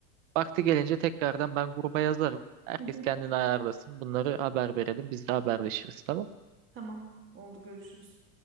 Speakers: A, on the right; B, on the right.
A: Vakti gelince tekrardan ben gruba yazarım. Herkes
B: Hı hı.
A: kendini ayarlasın. Bunları haber verelim. Biz de haberleşiriz tamam
B: Tamam. Oldu görüşürüz.